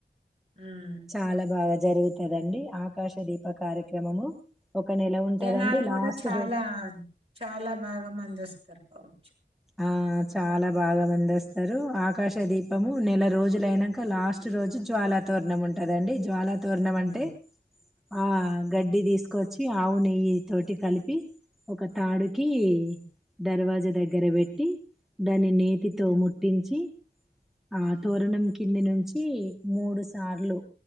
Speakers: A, on the right; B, in the centre.
A: హ్మ్.
B: చాలా బాగా జరుగుతదండి ఆకాశ దీప కార్యక్రమము ఒక నెల ఉంటదండి
A: జనాలు కూడా
B: లాస్ట్
A: చాలా
B: రోజు
A: చాలా బాగా మందోస్తరు కావచ్చు
B: ఆ చాలా బాగా మందోస్తారు ఆకాశ దీపము నెల రోజులు అయినంక లాస్ట్ రోజు జ్వాలా తోరణం ఉంటదండి, జ్వాలా తోర్ణం
A: హ్మ్.
B: అంటే ఆ గడ్డి తీసుకొచ్చి ఆవు నెయ్యి తోటి కలిపి ఒక తాడుకి దర్వాజా దగ్గర పెట్ ట్టి, దాని నేతితో ముట్టించి ఆ
A: హ్మ్.
B: తోరణం కింది నుంచి మూడు సార్లు